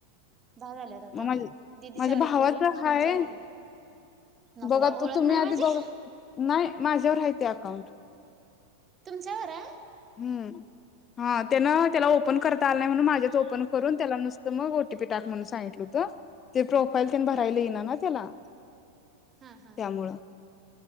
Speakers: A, on the right; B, on the left.
A: दहा झाल्यात आता
B: मग माझ
A: दिदीच्यावर
B: माझ्या भावाच
A: एक करीन
B: हाय
A: तुमच्या ह्याज्या वर एक नको
B: बघा
A: बा
B: तो
A: ओळख
B: तुम्ही
A: नाही
B: आधी
A: माझी
B: बघा नाही माझ्यावर हाय ते अकाउंट
A: तुमच्यावर हाय
B: हूं हा त्यान त्याला ओपन करता आलं नाही म्हणून माझ्याच ओपन करून त्याला नुसतं मग ओ टी पी टाक म्हणून सांगितलं होतं. ते प्रोफाईल त्यानं भरायला
A: हम्म
B: येईना ना त्याला
A: हा हा
B: त्यामुळं